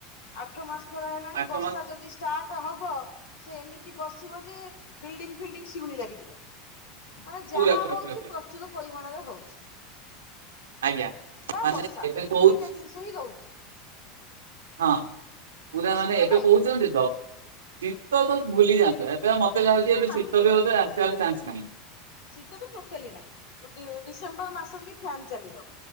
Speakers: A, on the left (about 75°); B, on the right (about 80°).
A: ଆଠ ମାସ ଖରା ହେଲାଣି
B: ଆଠ
A: ବର୍ଷା
B: ମାସ
A: ଯଦି ଷ୍ଟାର୍ଟ ଟ ହବ ସେ ଏମିତି ବରସିବ ଯେ ବିଲ୍ଡିଙ୍ଗ ଫିଲ୍ଡିଙ୍ଗ ଶିଉଳି ଲାଗିଯିବ। ମାନେ ଯାହା
B: ପୁରା ପୁରା
A: ହଉଚି
B: ପୁରା ପୁରା
A: ପ୍ରଚୁର ପରିମାଣରେ ହଉଚି।
B: ଆଜ୍ଞା ମାନେ
A: ବର୍ଷା
B: ଏବେ
A: ଏଇ
B: କହୁଚି
A: ଦୁଇଟା ଜିନିଷ ହିଁ ରହୁଛି
B: ହଁ ପୁରା
A: ଆଉ ଶୀତ
B: ମାନେ ଏବେ
A: କାହିଁ
B: କହୁଛନ୍ତି ତ ଶୀତ ତ ଭୁଲି ଯାଆନ୍ତୁ। ଏ ମତେ
A: ଶୀତ
B: ଯାହା କି ଏବେ
A: ନାହିଁ
B: ଶୀତ
A: ଟୋଟାଲି।
B: ବି ବୋଧେ ଆସିବାର ଚାନ୍ସ ନାହିଁ।
A: ଶୀତ ତ ଟୋଟାଲି ନାହିଁ ଗୋଟିଏ ଡିସେମ୍ବର ମାସରେ ବି ଫ୍ୟାନ ଚାଲିବ